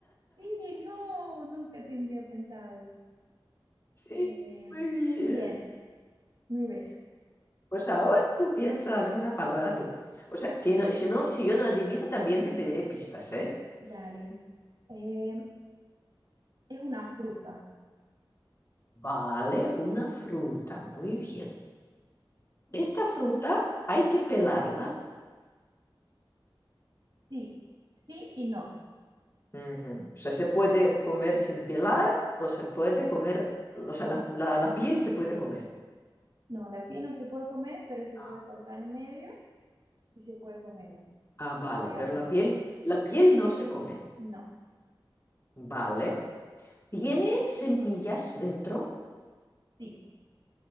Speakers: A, on the right; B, on the left.
A: Sí, no, nunca tendría pensado.
B: <laughs> sí,
A: Eh,
B: muy bien.
A: bien, mi vez.
B: Pues ahora tú piensa alguna palabra tú. O sea, si no, si no, si yo no adivino, también te pediré pistas, ¿eh?
A: Dale. Eh, Es una fruta.
B: Vale, una fruta. Muy bien.
A: Sí,
B: Esta fruta hay que pelarla
A: sí, sí y no.
B: Ujú. O sea, se puede comer sin pelar o se puede comer, o sea, la, la- la piel se puede comer.
A: No, la piel no se puede comer, pero se
B: Ah,
A: puede cortar en medio y se puede comerla.
B: Ah, vale,
A: y hay
B: pero
A: adentro?
B: la piel, la piel no se come.
A: No,
B: Vale. ¿Tiene semillas dentro?
A: sí.